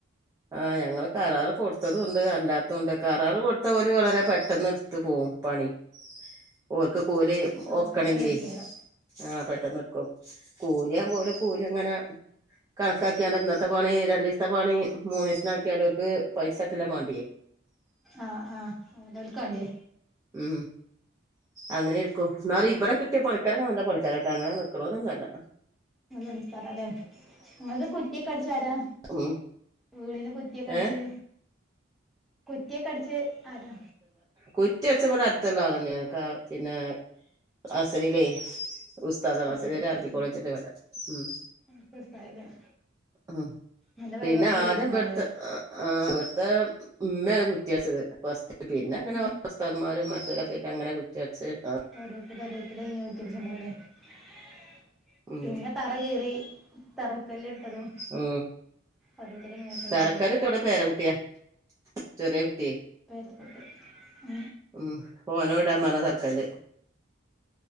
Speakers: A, on the right; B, in the centre.
A: ആഹ് ഞങ്ങള്ൾ കരാറ് കൊടുത്തതുംണ്ട് അല്ലാത്തണ്ട് കരാറ് കൊടുത്ത ഓല്‌ വളരെ പെട്ടെന്ന് ത്ത്പോവുംപണിഓൽക്ക്കൂലി
B: ആ
A: ഒക്കണെങ്കിലേ
B: പെട്ടെന്ന് എടുക്കാരം
A: ആഹപെട്ടെന്ന്നിർക്കും കൂലിആവുമ്പോഓരെകൂലിഅങ്ങനെ കണക്കാക്കിയാണ്ട് ഇന്നത്തെപണി രണ്ടീസത്തെ പണി മൂന്നീസ്ന് ആക്കിയലോർക്ക് പൈസട്ടല്ലാംമാണ്ടിയേ
B: ആഹ് ആഹ് <unintelligible> ക്കാണ്ടേ
A: ഉം അങ്ങനെയിരിക്കും ന്നാലെ ഇബടെ കിട്ടിയ പണിക്കാരൊക്കെ നല്ല പണിക്കാരോട്ടാ അങ്ങനെ നിക്ക്ണോരോന്നു അല്ല
B: വിളിച്ചാരല്ലേ ഇങ്ങളത് കു കുറ്റിയൊക്കെ അടിച്ച ആരാ
A: ഉം
B: വീടിന് കുറ്റിയൊക്കെ അടിച്ചെ?
A: ഏഹ്
B: കുറ്റിയെക്കടിച്ച് ആരാ?
A: കുറ്റി അടച്ചപ്പോല അടുത്തല്ല ആളന്നെട്ട പിന്നെ അസരില്ലേ ഉസ്താദ് <unintelligible>
B: ആ
A: ചെറിയ
B: അടുത്തതില്
A: അർബി കോളേജിണ്ട് ഇവടെ ഉം
B: അടുത്ത സ്ഥലം
A: ഉം
B: നല്ല
A: പിന്നെ
B: പരിപാടിയൊക്കെ
A: ആദ്യം
B: കഴിച്ചിണ്ടാവല്ലേ
A: ബെട്ത്ത ആഹ് ആഹ് ബെഡ്ത്തെ ഉമ്മെണ് കുറ്റിഅട്ച്ചത് ഫസ്റ്റ് പിന്നെ അങ്ങനെ
B: ഉം
A: ഉസ്താദുമാരും മറ്റോലൊ ഒക്കെ ആയിട്ട് അങ്ങനെ കുറ്റി അടിച്ച് അ
B: ഓരോരോരുത്തര് <unintelligible>
A: ഉം
B: പിന്നെ തറകീറി തറക്കല്ല് ഇട്ടതും
A: ഓഹ്
B: ഓരോരുത്തര് ഇങ്ങോട്ടുണ്ടാവുല്ലേ
A: തരക്കര് വിട പേരകുട്ട്യാ ചെറെ കുട്ടിയേ
B: പേത കൊട്ട ഉ
A: ഉ ഓനോ ഇടാൻ പറഞ്ഞ തറക്കല്ല